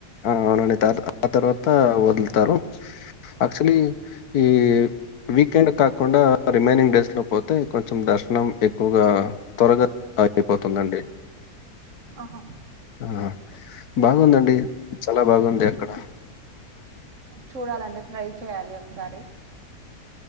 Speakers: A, on the left; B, on the right.
A: ఆ అవునండి త ఆ తర్వాత వదులుతారు ఆక్చులీ ఈ వీకెండ్ కాకుండా రిమైనింగ్ డేస్ లో పోతే కొంచెం దర్శనం ఎక్కువగా త్వరగా అయిపోతుందండి
B: ఆహా
A: ఆ బాగుందండి చాలా బాగుంది అక్కడ
B: చూడాలండి ట్రై చేయాలి ఒకసారి